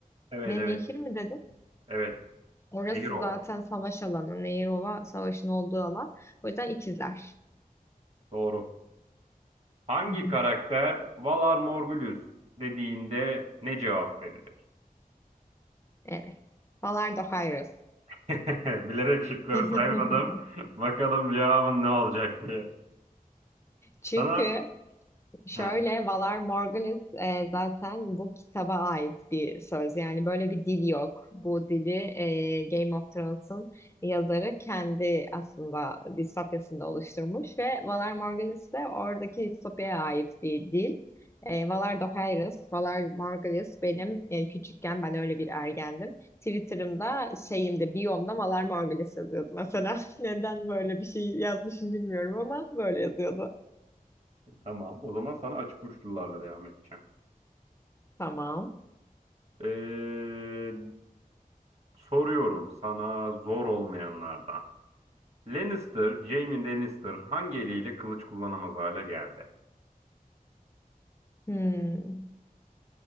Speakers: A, on the right; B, on the left.
A: Evet
B: ne
A: evet
B: nehir mi dedin?
A: evet
B: Orası
A: Nehirova.
B: zaten savaş alanı. Nehir olan savaşın olduğu alan. O yüzden ikizler.
A: Doğru. Hangi
B: <laughs>
A: karakter Valar Morghulis dediğinde ne cevap verir?
B: Evet. Valar da Hayros.
A: <laughs> Bilerek şıkları
B: <laughs>
A: saymadım. Bakalım cevabın ne olacak diye.
B: Çünkü
A: Sana
B: Şöyle
A: Heh,
B: Valar Morghulis e, zaten bu kitaba ait bir söz. Yani böyle bir dil yok. Bu dili e, Game of Thrones'un yazarı kendi aslında distopyasında oluşturmuş ve Valar Morghulis de oradaki distopyaya ait bir dil. E, Valar Dohaeris, Valar Morghulis benim e, küçükken ben öyle bir ergendim. Twitter'ımda şeyimde, biyomda Valar Morghulis yazıyordu mesela. <laughs> Neden böyle bir şey yazmışım bilmiyorum ama böyle yazıyordu.
A: tamam. O zaman sana açık uçlularla devam edeceğim.
B: Tamam.
A: Ee, soruyorum sana zor olmayanlardan. Lannister, Jaime Lannister hangi eliyle kılıç kullanamaz hale geldi?
B: Hmm.